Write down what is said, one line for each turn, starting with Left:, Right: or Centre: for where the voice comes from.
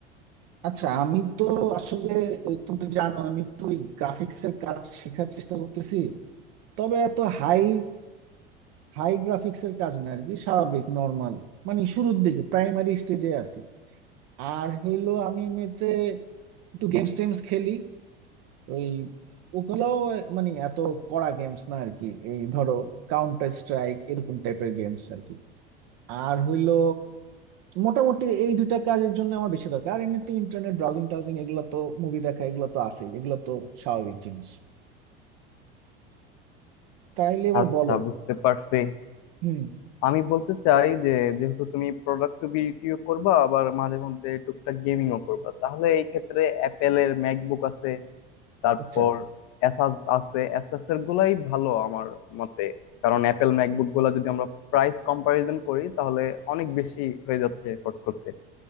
Right: আচ্ছা আমি তো আসলে আহ, তুমি তো জানো আমি একটু গ্রাফিক্স এর কাজ শেখার চেষ্টা করতেছি তবে এত হাই হাই গ্রাফিক্স এর কাজ না আর কি স্বাভাবিক নর্মাল মানে শুরুর দিকে প্রাইমারি স্টেজে আছি আর হইলো আমি এমনিতে একটু গেমস টেমস খেলি ওই ওগুলোও মানে এত কড়া গেমস না আর কি এই ধরো কাউন্টার স্ট্রাইক এরকম টাইপের গেমস আর কি আর হইলো মোটামুটি এই দুইটা কাজের জন্য আমার বেশি দরকার আর এমনিতে ইন্টারনেট ব্রাউজিং টাউজিং এগুলো তো মুভি দেখা এগুলো তো আছে এগুলো তো স্বাভাবিক জিনিস তাইলে এবার
Left: আচ্ছা
Right: বলো
Left: বুঝতে পারছি
Right: হুম
Left: আমি বলতে চাই যে যেহেতু তুমি প্রোডাক্টিভিটিও করবা আবার মাঝে মধ্যে টুকটাক গেমিংও করবা তাহলে এই ক্ষেত্রে অ্যাপেলের ম্যাকবুক আছে তারপর
Right: আচ্ছা
Left: অ্যাসাস আছে অ্যাসাস এর গুলাই ভালো আমার মতে কারণ অ্যাপেল ম্যাকবুক গুলা যদি আমরা প্রাইস কম্পারিজন করি তাহলে অনেক বেশি হয়ে যাচ্ছে এফোর্ট করতে